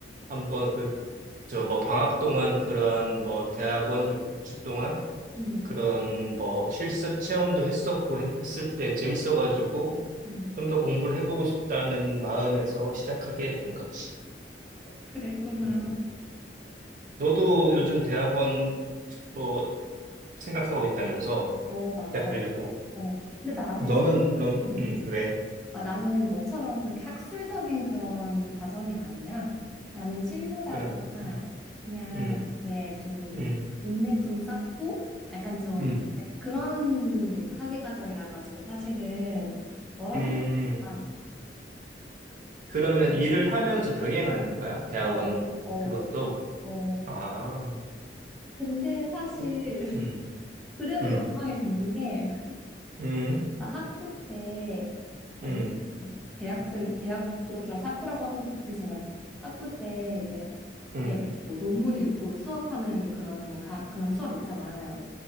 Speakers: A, on the right; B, in the centre.
A: 한번 그, 저 뭐, 방학 동안 그런 뭐, 대학원 6주 동안
B: 음.
A: 그런 뭐, 실습 체험도 했었고, 했- 했을 때 재밌어가지고,
B: 음.
A: 좀 더 공부를 해보고 싶다는 마음에서 시작하게 된 거지.
B: 그랬구나.
A: 음. 너도 요즘 대학원 뭐, 생각하고 있다면서?
B: 어, 맞아.
A: 시작하려고.
B: 어, 근데 나는,
A: 너는 그럼,
B: 음.
A: 음, 왜?
B: 아, 나는 너처럼 그렇게 학술적인 그런 과정이 아니야. 나는 실무자가
A: 그럼, 음,
B: 그냥
A: 음,
B: 이렇게 좀
A: 음,
B: 인맥 좀 쌓고 약간 좀
A: 음,
B: 그런 학위 과정이라 가지고 사실은 너랑
A: 음.
B: 아,
A: 그러면 일을 하면서 병행하는 거야? 대학원
B: 어, 어,
A: 그것도?
B: 어.
A: 아,
B: 근데 사실
A: 그,
B: <laughs>
A: 음,
B: 그래도
A: 음,
B: 걱정이 되는 게
A: 음,
B: 나 학부 때 아,
A: 음,
B: 물론 대학생 대학 졸업자라서 학부라고 하는 것도 웃기지만 학부 때 이제
A: 음,
B: 이렇게 뭐 논문 읽고 수업하는 그런 강, 그런 수업 있잖아.